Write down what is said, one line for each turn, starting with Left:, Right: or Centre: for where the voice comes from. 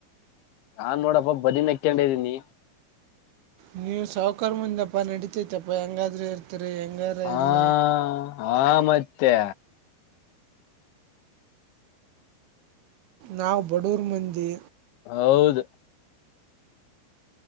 Left: ನಾನ್ ನೋಡಪ್ಪ ಬದಿನೆಕ್ಕೆಂಡಿದೀನಿ
Right: ನೀವು ಸಾವಕರ್ ಮಂಧ್ಯಪ್ಪ ನಡಿತೈತಪ್ಪ ಹೆಂಗಾದ್ರೂ ಇರ ತೀರಿ ಹೆಂಗಾರ
Left: ಹಾ
Right: ಇಲ್ಲ
Left: ಹಾ ಮತ್ತೆ
Right: ನಾವು ಬಡೂರ್ ಮಂದಿ
Left: ಹೌದ